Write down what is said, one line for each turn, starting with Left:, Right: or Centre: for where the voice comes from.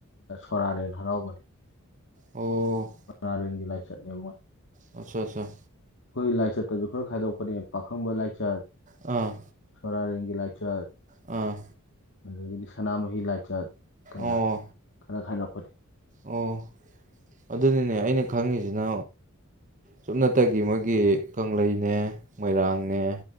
Left: ꯁꯣꯔꯥꯔ‌ꯦꯟ ꯍꯔꯥꯎꯕꯅꯤ
Right: ꯑꯣ
Left: <unintelligible> ꯂꯥꯏꯆꯠꯅꯦ ꯃꯣꯏ
Right: ꯑꯆꯥ ꯑꯆꯥ
Left: ꯈꯣꯏ ꯂꯥꯏꯆꯠꯇꯁꯨ ꯈꯔ ꯈꯥꯏꯗꯣꯛꯄꯅꯦ ꯄꯥꯈꯪꯕ ꯂꯥꯏꯆꯠ
Right: ꯑꯥ
Left: ꯁꯣꯔꯥꯔꯦꯟꯒꯤ ꯂꯥꯏꯆꯠ
Right: ꯑꯥ
Left: ꯑꯗꯒꯤꯗꯤ ꯁꯅꯥꯃꯍꯤ ꯂꯥꯏꯆꯠ ꯀꯥꯏꯅ
Right: ꯑꯣ
Left: ꯈꯔ ꯈꯥꯏꯗꯣꯛꯄꯅꯦ
Right: ꯑꯣ ꯑꯗꯨꯅꯤꯅꯦ ꯑꯩꯅ ꯈꯪꯉꯤꯁꯤꯅ ꯁꯨꯞꯅꯇꯒꯤ ꯃꯣꯏꯒꯤ ꯀꯪꯂꯩꯅꯦ ꯃꯣꯏꯔꯥꯡꯅꯦ